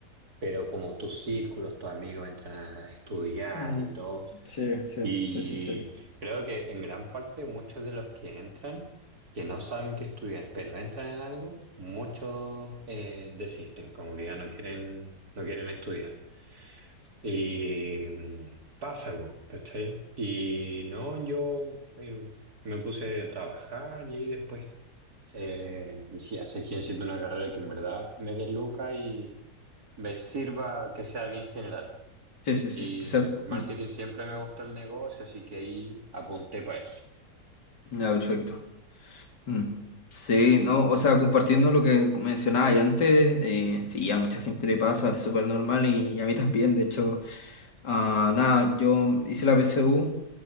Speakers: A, on the right (about 65°); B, on the left (about 85°).
A: pero como tus círculos, tus amigos entran a estudiar
B: mm,
A: y todo.
B: Sí, sí,
A: Y
B: sí, sí, sí.
A: creo que en gran parte muchos de los que entran, que no saben qué estudiar, pero entran en algo, muchos eh, desisten, como que ya no quieren, no quieren estudiar. Y mm, pasa algo, ¿cachai? Y no, yo eh, me puse a trabajar y ahí después eh, dije, así que necesito una carrera que en verdad me dé lucas y me sirva que sea bien general.
B: Sí, sí, sí,
A: Y
B: que sea...
A: marketing
B: mm,
A: siempre me gustó el negocio, así que ahí apunté para eso.
B: Ya, perfecto. Mm. Sí, no, o sea, compartiendo lo que mencionaba ya antes, eh, sí, a mucha gente le pasa, es súper normal y, y a mí también, de hecho, ah, nada, yo hice la PSU,